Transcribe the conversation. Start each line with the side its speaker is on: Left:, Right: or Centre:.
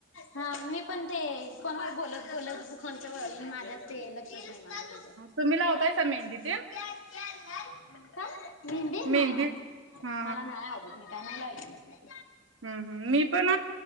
Left: हा मी पण ते फोनवर बोलत बोलत कोच्या माझ्या ते लक्ष मेंदी
Right: तुम्ही लावताय का मेहंदी ते
Left: नाही
Right: मेहंदी
Left: नाही
Right: हा
Left: मला नाही आवडत मी काय नाही लावच त्यात
Right: हम्म, हम् मी पण